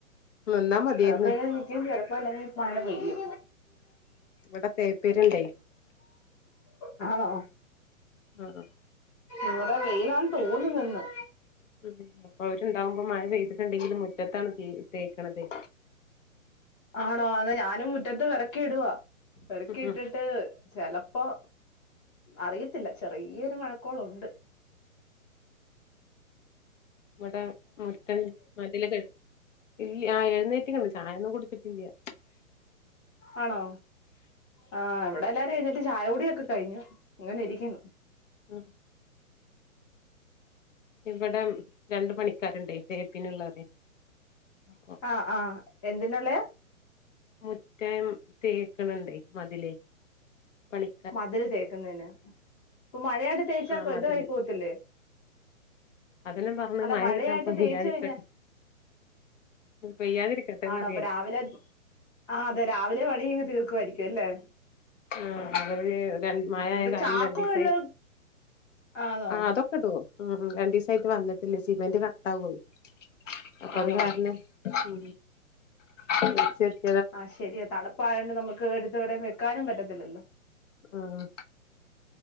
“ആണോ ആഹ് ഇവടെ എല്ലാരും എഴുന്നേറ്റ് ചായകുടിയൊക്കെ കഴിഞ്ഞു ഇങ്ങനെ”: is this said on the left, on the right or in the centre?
Left